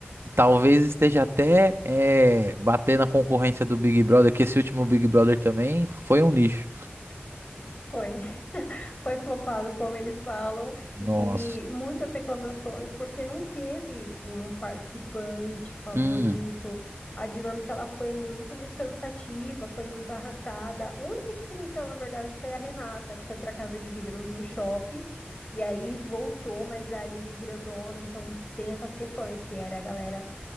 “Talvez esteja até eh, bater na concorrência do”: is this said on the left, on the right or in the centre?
Right